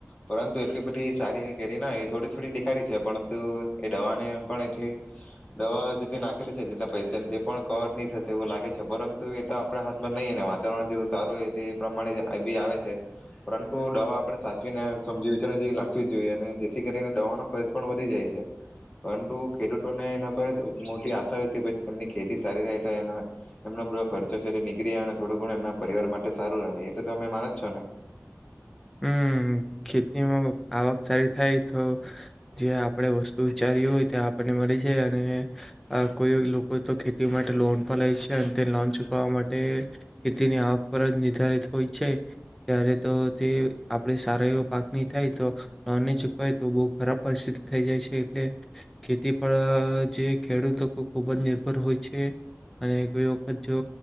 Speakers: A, on the left (about 20°); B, in the centre.
A: પરંતુ એટલી બધી સારી એ કેરી ના એ થોડી થોડી દેખારી છે પરંતુ એ દવાનેમ પણ એટલી દવા જેટલી નાખેલી છે જેટલા પૈસાને તે પણ કવર નહી થશે એવું લાગે છે પરુ તું એ આપ હાથમાં નહી વાતાવરણ જે સારું હો એ પ્રમાણે જ બી આવે છે પરંતુ દવા આપણે સાચવીને સમજી વિચાર લાખવી જોઈએ અને જેથી કરીને દવાનો ખર્ચ પણ વધી જાય છે પરંતુ ખેડૂતોને એના પર મોટી આશા કે એમની ખેતી સારી રહે તો એમના ખર્ચો છે એ નીકળી આવે અને થોડું ઘણુ એમના પરિવાર માટે સારું રહે એ તો તમે માનો છો ને
B: હમ ખેતીમાં આવક સારી થાય તો જે આપણે વસ્તુ વિચારી્યું હોય તે આપણને મળી છે અને કોઈ લોકો તો ખેતી માટે લોન પર લે છે અને તે લોન ચુકવવા માટે ખેતીની આવક પર જ નિર્ધારિત હોય છે ત્યારે તો તે આપણે સારા એવો પાક નહી થાય તો લોન ન ચૂકવાય તો બહુ ખરાબ પરિસ્થિત થઈ જાય છે એટલે ખેતી પર જે ખેડૂત લોકો ખૂબ જ નિર્ભર હોય છે અને કોઈ વખત જો